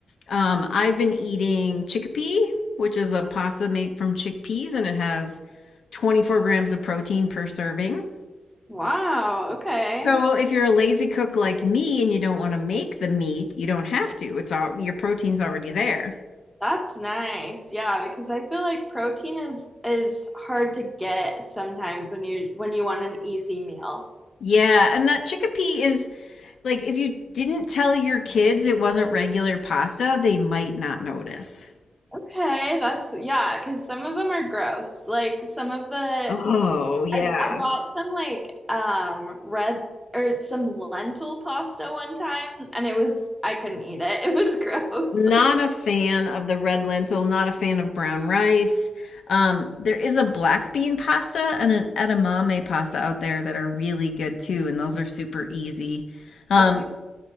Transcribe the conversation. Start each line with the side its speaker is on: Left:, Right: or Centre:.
Left: Um, I've been eating chickpea, which is a pasta made from chickpeas, and it has 24 grams of protein per serving.
Centre: Wow, okay.
Left: So if you're a lazy cook like me and you don't want to make the meat, you don't have to. It's all your protein's already there.
Centre: That's nice. Yeah, because I feel like protein is is hard to get sometimes when you when you want an easy meal.
Left: Yeah, and that chickpea is like if you didn't tell your kids it wasn't regular pasta, they might not notice.
Centre: Okay, that's yeah, because some of them are gross. Like some of the
Left: Oh, yeah.
Centre: I, I bought some like um red or some lentil pasta one time and it was I couldn't eat it. <laughs> It was gross.
Left: Not
Centre: <laughs>
Left: a fan of the red lentil, not a fan of brown rice. Um, there is a black bean pasta and an edamame pasta out there that are really good too, and those are super easy. Um,
Centre: That's good.